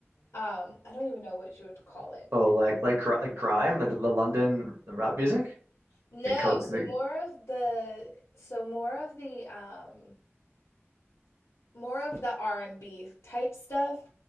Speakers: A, on the left (about 75°); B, on the right (about 65°).
A: um I don't even know what you would call it.
B: Oh, like like gr like grime, like the, the London rap music,
A: No,
B: like, co-
A: so
B: like
A: more of the so more of the um more of the R&B type stuff,